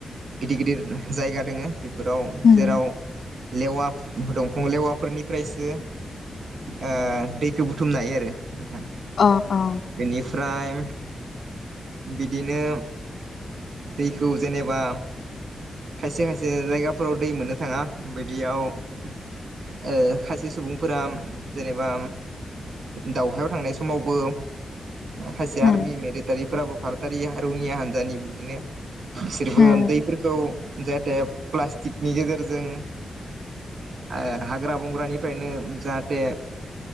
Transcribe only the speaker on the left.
होम
अ औ
होम
होम